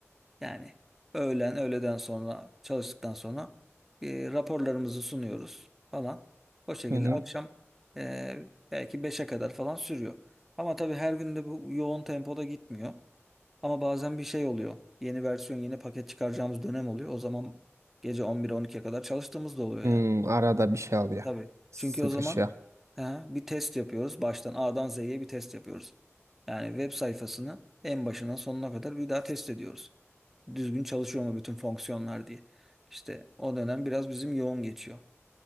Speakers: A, in the centre; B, on the right (about 75°).
A: Yani öğlen, öğleden sonra çalıştıktan sonra e, raporlarımızı sunuyoruz falan. O şekilde
B: hı hı.
A: akşam e, belki beşe kadar falan sürüyor. Ama tabii her gün de bu yoğun tempoda gitmiyor. Ama bazen bir şey oluyor. Yeni versiyon, yeni paket çıkaracağımız dönem oluyor. O zaman gece 11-12'ye kadar çalıştığımız da oluyor
B: Hmm,
A: yani.
B: arada bir şey oluyor.
A: Tabii.
B: Sıkışıyor.
A: Çünkü o zaman ha, bir test yapıyoruz. Baştan A'dan Z'ye bir test yapıyoruz. Yani web sayfasını en başından sonuna kadar bir daha test ediyoruz düzgün çalışıyor mu bütün fonksiyonlar diye. İşte o dönem biraz bizim yoğun geçiyor.